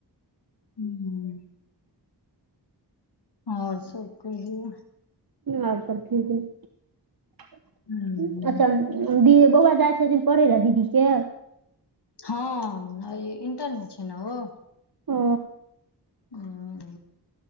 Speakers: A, on the left (about 70°); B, on the right (about 55°).
A: हूं। और सब कहियौ।
B: आर सब ठीक अय
A: हम्म,
B: अच्छा दी बौआ जाइ छथिन पढ़ै लए दीदी के?
A: हँ ए इंटर में छै न ओ।
B: ओ
A: हूं